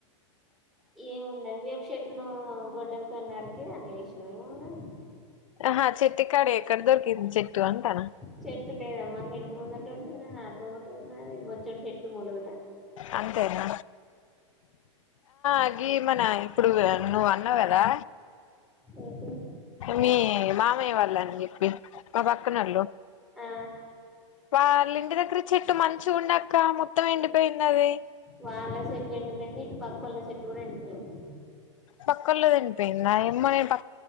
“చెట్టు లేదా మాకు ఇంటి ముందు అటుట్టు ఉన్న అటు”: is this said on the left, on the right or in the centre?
Centre